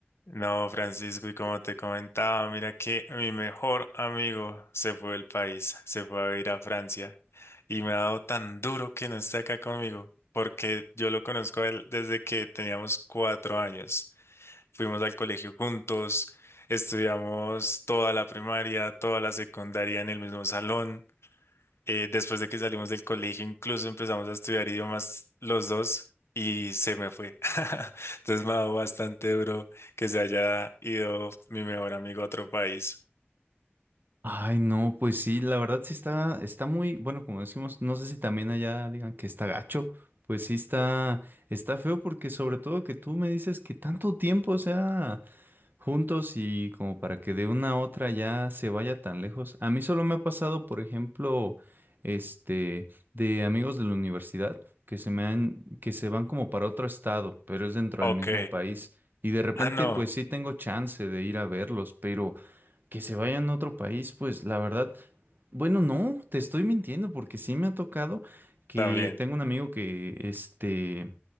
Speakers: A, on the left; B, on the right.
A: No, Francisco, y como te comentaba, mira que mi mejor amigo se fue del país, se fue a vivir a Francia y me ha dado tan duro que no esté acá conmigo, porque yo lo conozco a él desde que teníamos cuatro años. Fuimos al colegio juntos, estudiamos toda la primaria, toda la secundaria en el mismo salón. Eh, después de que salimos del colegio, incluso empezamos a estudiar idiomas los dos y se me fue. <laughs> Entonces me ha dado bastante duro que se haya ido mi mejor amigo a otro país.
B: Ay, no, pues sí, la verdad sí está, está muy, bueno, como decimos, no sé si también allá digan que está gacho, pues sí está, está feo porque sobre todo que tú me dices que tanto tiempo, o sea, juntos y como para que de una a otra ya se vaya tan lejos. A mí solo me ha pasado, por ejemplo, este, de amigos de la universidad que se me han, que se van como para otro estado, pero es dentro
A: Ok.
B: del mismo país. Y de repente,
A: Ah, no,
B: pues sí tengo chance de ir a verlos, pero que se vayan a otro país, pues la verdad, bueno, no, te estoy mintiendo porque sí me ha tocado que
A: también
B: tengo un amigo que, este,